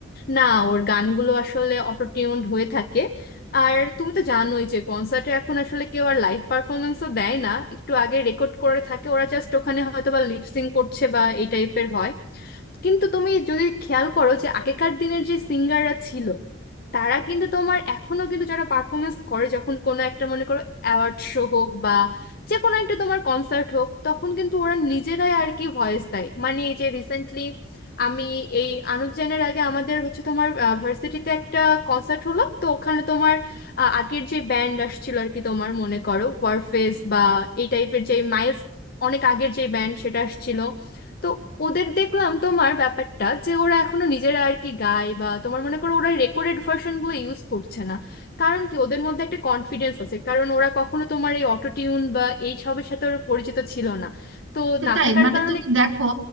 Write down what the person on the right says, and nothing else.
সেটাই
মানে
তুমি দেখো